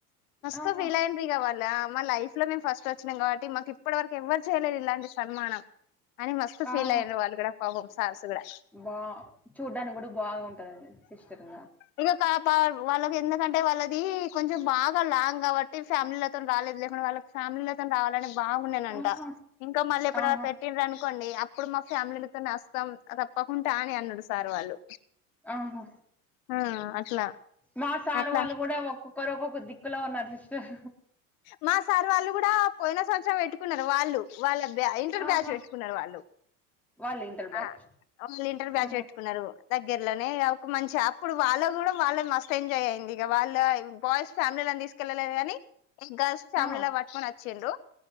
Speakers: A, on the left (about 60°); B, in the centre.
A: మస్త
B: ఆహా
A: ఫీల్ అయ్యిండ్రు ఇగ వాళ్ళ మా లైఫ్ లో మేము ఫస్ట్ వచ్చినాం కాబట్టి మాకు ఇప్ ఇప్పుడువర్కి ఎవరు చేయలే ఇలాంటి సన్మానం అని మస్త ఫీల్
B: ఆహా
A: అయిండ్రు వాళ్ళు కూడా పాపం సార్సు కూడా
B: బా చూడ్డానికి కూడా బాగా ఉంటదండి సిస్టర్ ఆ
A: ఇక కా పా వాళ్ళకి ఎందుకంటే వాళ్ళది కొంచెం బాగా లాంగ్ కాబట్టి ఫ్యామిలీలతో రాలేదు లేకుంటే వాళ్ళ ఫ్యామిలీలతోని రావాలని బాగుండేనంట
B: ఆహా
A: ఇంకా మళ్ళీ ఎప్పుడన్న
B: ఆహా
A: పె ట్టి అనుకోండి అప్పుడు మా ఫ్యామిలీలతోని అస్తాం తప్పకుంటే ఆని అన్నాడు సార్ వాళ్ళు
B: ఆహా
A: ఆ అట్లా
B: మా సార్
A: అట్లా
B: వాళ్ళు కూడా ఒ ఒకరు ఒకొక్కరు దిక్కులో ఉన్నారు సిస్టర్
A: మా సార్ వాళ్ళు కూడా పోయిన సంవత్సరం పెట్టుకున్నారు వాళ్ళు వాళ్ళ బె ఇంటర్
B: ఆహా!
A: బ్యాచ్ పెట్టుకున్నారు వాళ్ళు
B: వాళ్ళు ఇంటర్ బ్యాచ్.
A: ఆ వాళ్ళు ఇంటర్ బ్యాచ్
B: ఆహా!
A: పెట్టుకున్నారు దగ్గర్లోనే ఒక మంచి అప్పుడు వాళ్ళ కూడా వాళ్ళ మస్తు ఎంజాయ్ అయింది ఇగ వాళ్ళ బాయ్స్ ఫ్యామిలీ అని తీసుక్ కేళ్ళలేరు గానీ ఇ గర్ల్స్ ఫ్యామిలీలో
B: ఆ!
A: పట్టుకొని వచ్చిండు